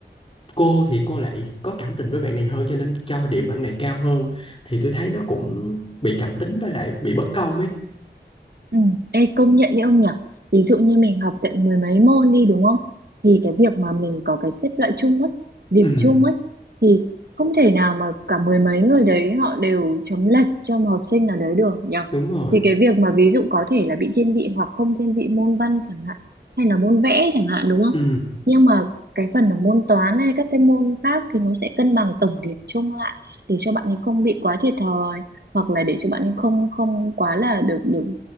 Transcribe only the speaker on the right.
Ừ. Ê, công nhận đấy ông nhỉ ví dụ như mình học tận mười mấy môn đi đúng không thì cái việc mà mình có cái xếp loại chung á điểm
chung á thì không thể nào mà cả mười mấy người đấy họ đều chấm lệch cho một học sinh nào đấy được nhỉ
thì cái việc mà ví dụ có thể là bị thiên vị hoặc không thiên vị môn văn chẳng hạn hay là môn vẽ chẳng hạn đúng không
nhưng mà cái phần ở môn toán hay các cái môn khác thì nó sẽ cân bằng tổng điểm chung lại để cho bạn ấy không bị quá thiệt thòi hoặc là để cho bạn ấy không không quá là được được